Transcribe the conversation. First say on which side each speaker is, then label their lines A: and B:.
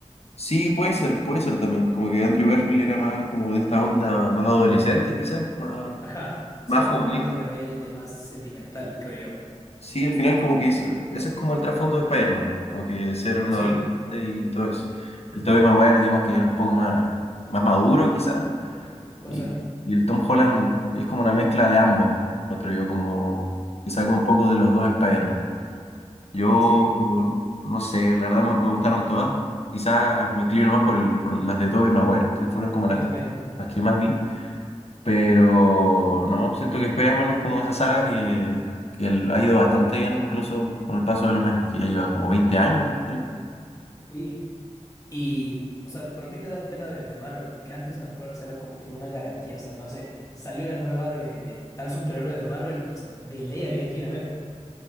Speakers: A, on the left; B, on the left.
A: Sí, puede ser, puede ser también. Como que Andrew Garfield era más como de esta onda más adolescente, quizás, más,
B: Ajá. Sí,
A: más
B: era
A: juvenil.
B: como más rebelde, más sentimental, creo yo.
A: Sí, al final como que es, ese es como el trasfondo de Spider-Man, como que ser un
B: Sí,
A: adolescente y todo eso. El Tobey Maguire, digamos que era un poco más, más maduro, quizás
B: puede
A: Y,
B: ser.
A: y el Tom Holland es como una mezcla de ambos, encuentro yo, como que saca un poco de los dos Spider-Man. Yo
B: Sí,
A: no sé, la verdad me, me gustaron todas. Quizás me inclino más por, el- por las de Tobey Maguire, que fueron como
B: yo
A: las,
B: también.
A: las que más vi. Pero no, siento que Spider-Man es como esa saga que, que el- ha ido bastante bien, incluso con el paso de los años, que ya lleva como veinte años, creo.
B: Y, y, o sea, pero a mí me da pena de, de Marvel, porque antes me acuerdo, o sea, era como que una garantía, o sea, no sé, salió la nueva de, de tal superhéroe de Marvel, o sea, de ley había que ir a ver.